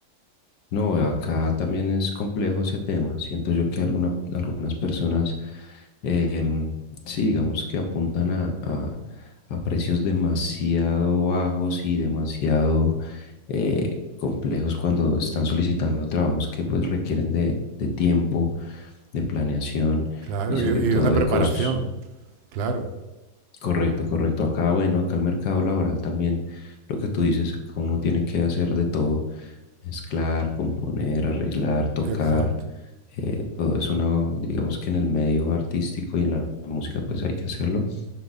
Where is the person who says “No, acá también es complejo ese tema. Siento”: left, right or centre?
Left